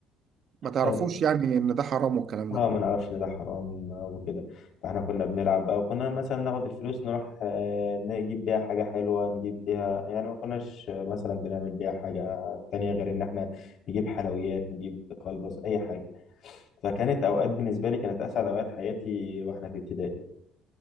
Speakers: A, on the right; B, on the left.
A: ما تعرفوش
B: اه
A: يعني ان ده حرام والكلام
B: آه،
A: ده
B: ما نعرفش ان ده حرام آه، وكده فاحنا كنا بنلعب بقى وكنا مثلا ناخد الفلوس نروح آه، نجيب بيها حاجة حلوة نجيب بيها يعني ما كناش آه، مثلا بنعمل بيها حاجة تانية غير ان احنا نجيب حلويات نجيب كلبس اي حاجة فكانت اوقات بالنسبة لي كانت اسعد اوقات حياتي واحنا في ابتدائي